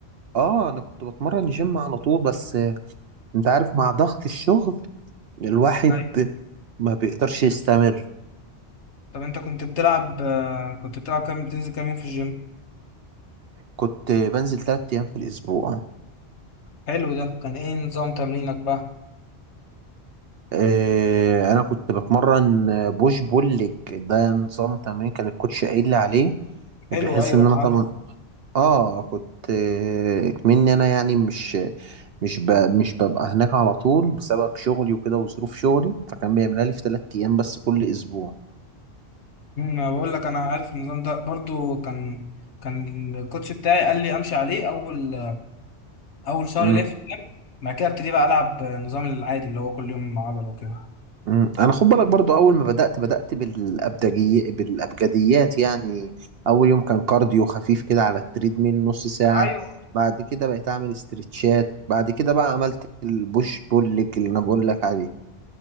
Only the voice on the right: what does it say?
اه انا كنت بتمرن جيم على طول بس آه، انت عارف مع ضغط الشغل الواحد
ما بيقدرش يستمر
كنت بنزل ثلاث ايام في الاسبوع
آه انا كنت بتمرن بوش بول ليج ده نظام تمرين كان الكوتش قايل لي عليه
بحيث
ان
انا
طبعا اه كنت آه، مني انا يعني مش مش ب... مش ببقى هناك على طول بسبب شغلي وكده وظروف شغلي فكان بيعملها لي في ثلاث ايام بس كل اسبوع
مم.
مم. انا خد بالك برضو اول ما بدأت بدأت بالابدجي بالابجديات يعني اول يوم كان كارديو خفيف كده على التريدميل نص ساعة
بعد كده بقيت اعمل استرتشات بعد كده بقى عملت البوش بول ليج اللي انا بقول لك عليه